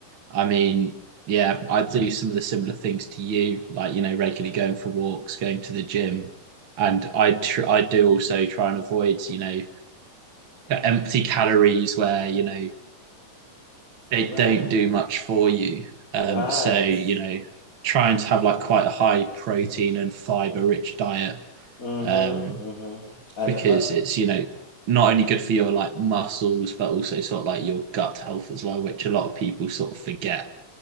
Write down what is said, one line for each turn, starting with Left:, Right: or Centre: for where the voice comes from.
Right: I mean, yeah, I do some of the similar things to you, like, you know, regularly going for walks, going to the gym. And I tr- I do also try and avoid, you know, empty calories where, you know, they
Left: right.
Right: don't do much for you. Um,
Left: Right.
Right: so, you know, trying to have like quite a high protein and fiber rich diet,
Left: Mm-hmm.
Right: um,
Left: Mm-hmm. And
Right: because
Left: uh,
Right: it's, you know, not only good for your like muscles, but also sort of like your gut health as well, which a lot of people sort of forget